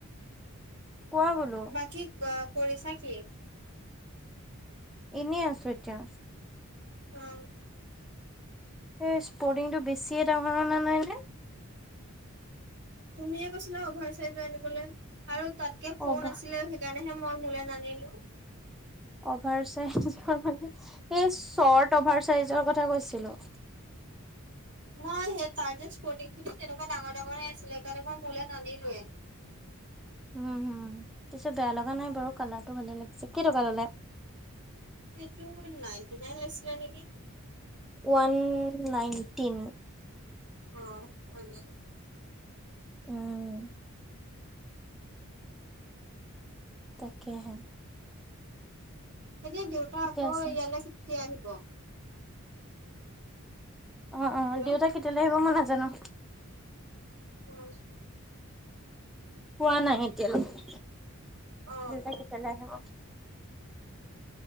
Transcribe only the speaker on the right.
বাকী কৰিছা কি?
অ',
তুমিয়ে কৈছিলা অভাৰ চাইজৰ আনিবলৈ আৰু তাতকে সৰু
নাছিলে সেইকাৰণে। <inaudible> মই মোলে নানিলো।
মই সেই তাৰ যে স্পৰ্টিং খিনি তেনেকুৱা ডাঙৰ ডাঙৰে আছিল সেইকাৰণে মই মোলে নানি লোৱে।
এইটো নাইন'টি নাইন লছিলে নেকি।
অ', ওৱান নাইনটিন
এতিয়া দেউতা
আকৌ
ইয়ালৈ কেতিয়া আহিব?
হেল্ল'
<inaudible>
অ